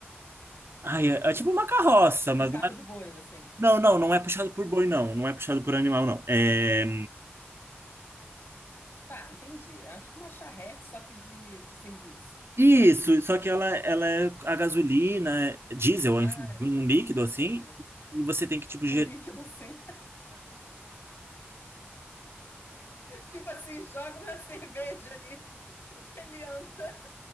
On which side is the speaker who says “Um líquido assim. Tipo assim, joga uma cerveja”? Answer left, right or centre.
Left